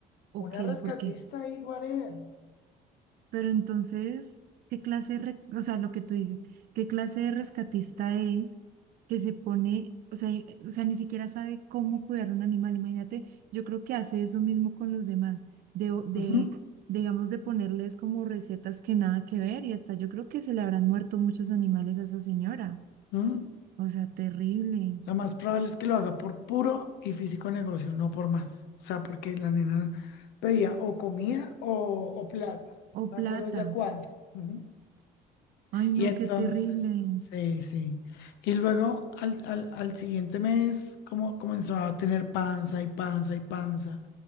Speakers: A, on the right (about 60°); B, on the left (about 80°).
A: ¿O
B: Una
A: qué?
B: rescatista
A: ¿Por qué?
B: y whatever.
A: Pero entonces, ¿qué clase de, re- o sea, lo que tú dices, qué clase de rescatista es que se pone, o sea, y- o sea, ni siquiera sabe cómo cuidar un animal? Imagínate, yo creo que hace eso mismo con los demás, de, o- de,
B: Ujú,
A: digamos, de ponerles como recetas que nada que ver y hasta yo creo que se le habrán muerto muchos animales a esa señora.
B: ujú.
A: O sea, terrible.
B: Lo más probable es que lo haga por puro y físico negocio, no por más. O sea, porque la nena pedía o comida o, o plata.
A: O
B: No
A: plata.
B: me acuerdo ya cuánto. Ujú.
A: Ay, no,
B: Y entonces,
A: qué terrible.
B: sí, sí. Y luego al, al, al siguiente mes, como comenzó a tener panza y panza y panza.